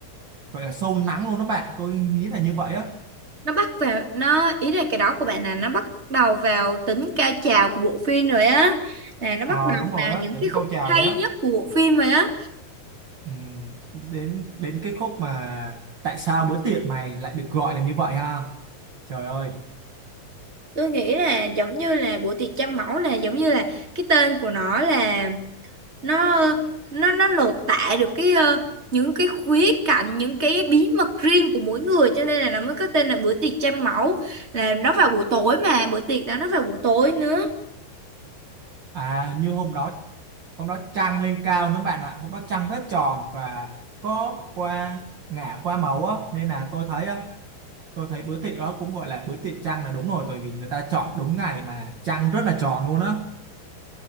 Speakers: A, on the right (about 45°); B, on the right (about 20°).
A: gọi là sâu lắng luôn đó bạn tôi nghĩ là như vậy á
B: nó bắt vào nó ý là cái đó của bạn là nó bắt đầu vào tính cao trào của bộ phim rồi á là nó
A: ờ
B: bắt đầu
A: đúng rồi
B: vào
A: á
B: những
A: đến
B: cái
A: câu
B: khúc
A: chào
B: hay
A: đấy á
B: nhất của bộ phim rồi á
A: Ừm, đến đến cái khúc mà tại sao bữa tiệc mày lại được gọi là như vậy ha trời ơi
B: tôi nghĩ là giống như là bữa tiệc trăm mẫu là giống như là cái tên của nó là nó nó nó lột tả được cái ờ, những cái khía cạnh những cái bí mật riêng của mỗi người cho nên là nó mới có tên là bữa tiệc trăm mẫu là nó vào buổi tối mà bữa tiệc đó nó vào buổi tối nữa
A: à như hôm đó hôm đó trăng lên cao nữa bạn ạ hôm đó trăng rất tròn và có qua ngả qua màu á nên là tôi thấy á tôi thấy bữa tiệc đó cũng gọi là bữa tiệc trăng là đúng rồi tại vì người ta chọn đúng ngày mà trăng rất là tròn luôn á